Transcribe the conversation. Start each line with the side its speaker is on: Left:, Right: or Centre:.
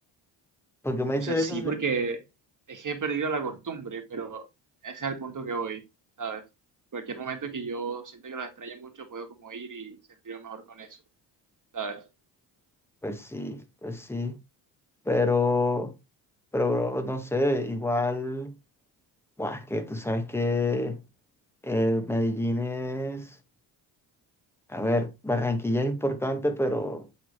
Centre: porque me
Right: O
Centre: dices
Right: sea, sí,
Centre: eso,
Right: porque
Centre: sí.
Right: es que he perdido la costumbre, pero ese es el punto que voy, ¿sabes? Cualquier momento que yo sienta que los extrañe mucho, puedo como ir y sentirme mejor con eso, ¿sabes?
Centre: Pues sí, pues sí, pero, pero bro, no sé, igual. Buah, es que tú sabes que eh, Medellín es, a ver, Barranquilla es importante, pero